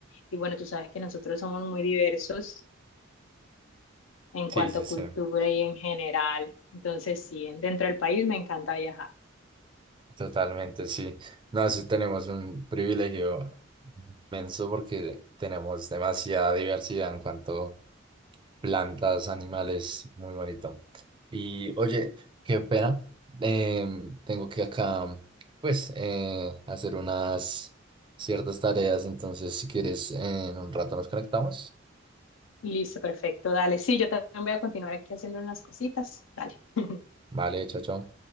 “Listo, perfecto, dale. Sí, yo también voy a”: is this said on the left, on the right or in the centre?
Left